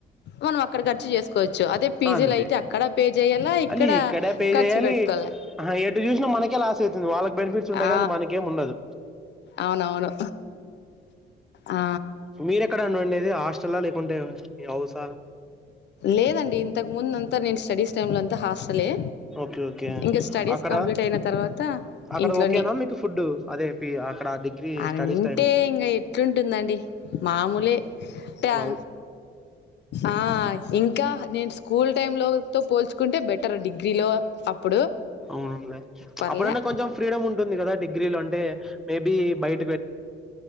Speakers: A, on the left; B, in the centre.
A: మనం అక్కడ ఖర్చు చేసుకోవచ్చు అదే పిజీలు
B: అంతే
A: అయితే అక్కడ పే జేయాల ఇక్కడ
B: అది పే
A: ఖర్చు
B: చేయాలి
A: పెట్టుకోవాల
B: ఆహా ఎటు చూసినా మనకే లాస్ అయితుది వాళ్ళ బెనిఫిట్స్ ఉంటాయి
A: ఆ
B: కాని మనకేం ఉండదు.
A: అవునవును ఆ
B: మీరెక్కడ అండి ఉండేది హాస్టల్ లేకుంటే మీ హౌసా
A: లేదండి ఇంతకు ముందు అంతా నేను స్టడీస్ టైమ్ లో అంతా హాస్టలే
B: ఓకే ఓకే
A: ఇంకా స్టడీస్
B: అక్కడ
A: కంప్లీట్ అయిన తర్వాత
B: అక్కడ
A: ఇంట్లోనే
B: ఓకేనా మీకు ఫుడ్ అదే పి అక్కడ డిగ్రీ
A: అంటే
B: స్టడీస్ టైం
A: ఇంగా ఎట్లా ఉంటుందండి మామూలే అంటేవంఆ
B: అవు
A: ఆ ఇంకా నేను స్కూల్ టైంలోతో పోల్చుకుంటే బెటర్ డిగ్రీలో అప్పుడు
B: అవునులే
A: పర్లే
B: అప్పుడన్న కొంచెం ఫ్రీడమ్ ఉంటుంది గదా డిగ్రీలో అంటే మే బీ బయట్